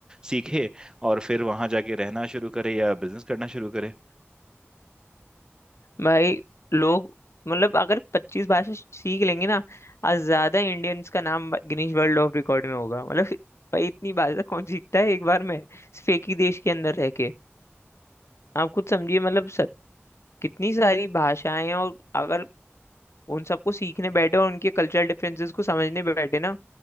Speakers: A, on the right; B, on the left.
A: सीखे और फिर वहां जाके रहना शुरू करे या बिजनेस करना शुरू करे
B: भाई लोग मतलब अगर पच्चीस भाषा सीख लेंगे ना आज ज्यादा इंडियंस का नाम गिनीज वर्ल्ड ऑफ रिकॉर्ड में होगा मतलब भाई इतनी भाषा कौन सीखता है एक बार में सिर्फ एक ही देश के अंदर रह के आप खुद समझिए मतलब सत, कितनी सारी भाषाएं हैं और अगर उन सबको सीखने बैठे और उनके कल्चरल डिफरेंसेस को समझने बैठे ना